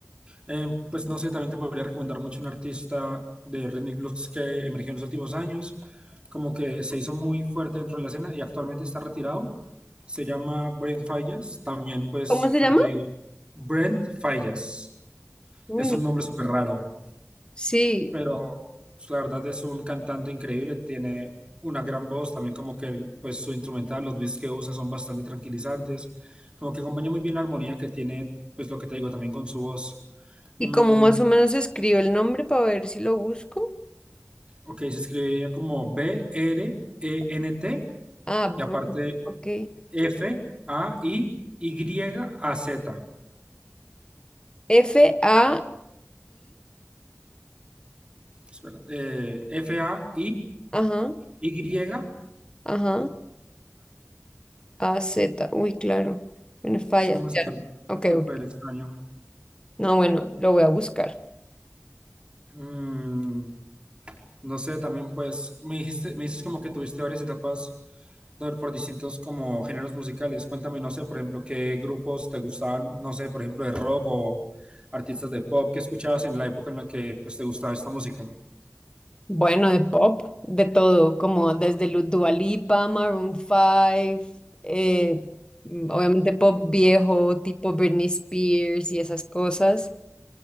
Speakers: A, on the right; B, on the left.
A: em, pues no sé, también te podría recomendar mucho un artista de rhythmic blues que emergió en los últimos años, como que se hizo muy fuerte dentro de la escena y actualmente está retirado. Se llama Brent Fallas, también pues
B: ¿Cómo se
A: como
B: llama?
A: te digo, Brent Fallas,
B: Uy,
A: es un nombre súper raro.
B: Sí,
A: pero pues, la verdad es un cantante increíble, tiene una gran voz, también como que el, pues su instrumental, los beats que usa son bastante tranquilizantes, como que acompaña muy bien la armonía que tiene, pues lo que te digo, también con su voz. Mm,
B: y como más o menos escribo el nombre para ver si lo busco.
A: ok, se escribiría como B-R-E-N-T
B: Ah,
A: y aparte
B: Brain, ok.
A: F-A-I-Y-A-Z.
B: F-A-I,
A: Espera, eh,
B: ajá,
A: F-A-I-Y-A-Z.
B: ajá, A-Z. Uy, claro. Bueno, falla.
A: Es un nombre
B: claro.
A: súper
B: Ok,
A: súper
B: ok.
A: extraño.
B: No, bueno, lo voy a buscar.
A: Mm, No sé, también pues me dijiste, me dices como que tuviste varias etapas por, por distintos como géneros musicales. Cuéntame, no sé, por ejemplo, qué grupos te gustaban, no sé, por ejemplo, de rock o artistas de pop que escuchabas en la época en la que pues te gustaba esta música.
B: Bueno, de pop, de todo, como desde Lu- Dua Lipa, Maroon 5, eh, mm, obviamente pop viejo, tipo Britney Spears y esas cosas.